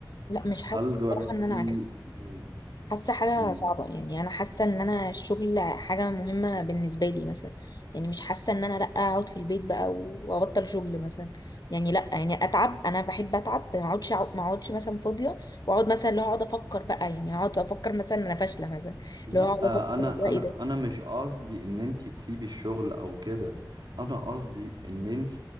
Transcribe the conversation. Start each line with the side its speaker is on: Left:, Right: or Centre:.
Left: لا مش حاسه
Right: هل جربتي
Left: بصراحه ان انا عكس
Right: مم.
Left: حاسه حاجه
Right: مم.
Left: صعبه يعني انا حاسه ان انا الشغل حاجه مهمه بالنسبه لي مثلا يعني مش حاسه ان انا لا اقعد في البيت بقى وابطل شغل مثلا يعني لا يعني اتعب انا بحب اتعب ما اقعدش أقعد- ما اقعدش مثلا فاضيه واقعد مثلا اللي هو اقعد افكر بقى يعني اقعد افكر مثلا إن انا فاشله مثلا
Right: لا
Left: اللي هو اقعد
Right: آه،
Left: افكر
Right: انا
Left: بقى
Right: انا
Left: ايه ده
Right: انا مش قصدي ان انت تسيبي الشغل او كده انا قصدي ان انت